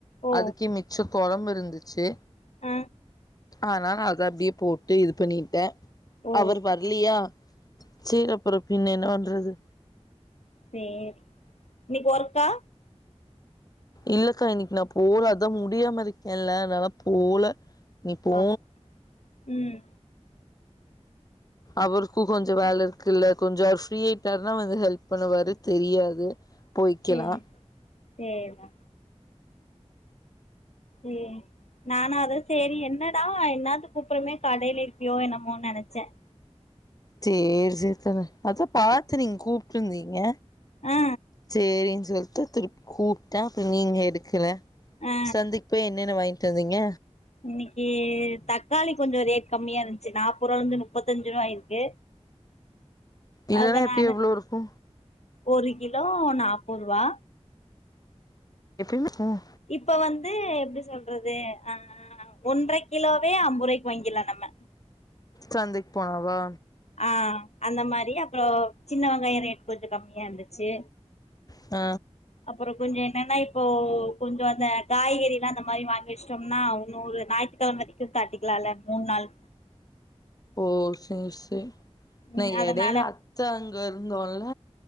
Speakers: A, on the left; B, on the left.
A: ஓ
B: அதுக்கே மிச் மிச்ச கொழம் இருந்துச்சு
A: அ
B: ஆனால அத அப்டியே போட்டு இது பண்ணிட்ட
A: ஓ
B: அவர் வர்லியா சேரி அப்றோ பின்ன என்ன பண்றது
A: சேரி இன்னைக்கி ஒர்க்கா
B: இல்லக்கா இன்னக்கி நா போல அதா முடியாம இருக்கேல்ல அதனால போல நீ போ
A: அப் ம்
B: அவருக்கு கொஞ்சோ வேல இருக்குல்ல கொஞ்சோ அவர் ஃப்ரீ ஆயிட்டாருன்னா வந்து ஹெல்ப் பண்ணுவாரு தெரியாது போய்க்கலா
A: சேரி சேரிமா சே நானும் அது சேரி என்ன தான் என்னது கூப்பிடறமே கடையில இருப்பியோ என்னமோ நினைச்சேன்
B: சேரி சேரி தானே அதான் பாத்து நீங்க கூப்டுயிருந்தீங்க
A: ஆ
B: சேரின் சொல்ட்டு திருப் கூப்டா அப்ப நீங்க எடுக்கல
A: ஆ
B: சந்தைக்கு போய் என்னென்ன வாங்கிட்டு வந்தீங்க
A: இன்னேக்கு தக்காளி கொஞ்சோ ரேட் கம்மியா இருந்துச்சு நாப்போற் ரூவால இருந்து நுப்பத்திஞ்சு ரூவா ஆயிருக்கு
B: இல்லன்னா
A: <inaudible> அதனால
B: எப்பயு எவ்ளோ இருக்கு
A: ஒரு கிலோ நாப்போற் ரூவா
B: எப்பயமே ம்
A: இப்ப வந்து எப்டி சொல்றது ஆ ஒன்றரை கிலோவே ஐம்போருவாய்க்கு வாங்கிரலாம் நம்ம
B: சந்தைக்கு போனாவா
A: ஆ அந்த மாரி அப்புறோ சின்ன வெங்காயம் ரேட் கொஞ்சோ கம்மியா இர்ந்துச்சி
B: ஆ
A: அப்புறம் கொஞ்சொ என்னன்னா இப்போ கொஞ்சம் அந்த காய்கெறில்லா நம்ம அந்த மாரி வாங்கி வெச்ட்டோம்னா ஒன்னேறு நா களமதிக்கு காட்டிக்கலாம்ல மூணு நாள்
B: ஓ சேரி சேரி நா
A: ம் அதனால
B: எடைய்யில அத்த அங்க இருந்தோன்ல